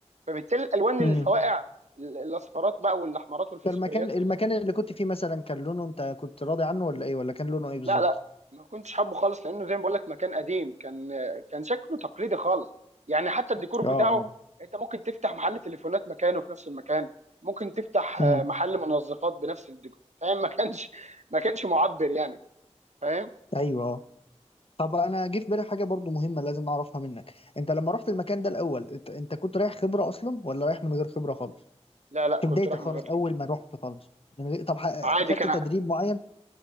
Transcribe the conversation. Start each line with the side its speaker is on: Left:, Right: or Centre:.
Right: فبالتالي الالوان
Left: امم
Right: الفواقع ال- الاصفرات بقى والاحمرات والفسفوريات
Left: المكان المكان
Right: والحاجات دي
Left: اللي كنت فيه مثلا كان لونه انت كنت راضي عنه ولا ايه ولا كان لونه ايه بالظبط
Right: لا لا ما كنتش حابه خالص لانه زي ما بقول لك مكان قديم كان كان شكله تقليدي خالص يعني حتى الديكور بتاعه
Left: اه اه
Right: انت ممكن تفتح محل تليفونات مكانه في نفس المكان ممكن تفتح آه،
Left: امم
Right: محل منظفات بنفس الديكور فاهم ما كانش ما كانش معبر يعني فاهم
Left: ايوه طب انا جه في بالي حاجه برضو مهمه لازم اعرفها منك انت لما رحت المكان ده الاول انت, انت كنت رايح خبره اصلا ولا رايح من غير خبره خالص
Right: لا لا
Left: في
Right: كنت
Left: بدايتك
Right: رايح
Left: خالص
Right: من غير خبره
Left: اول ما رحت خالص من غير طب ح-
Right: عادي
Left: خدت
Right: كان
Left: تدريب معين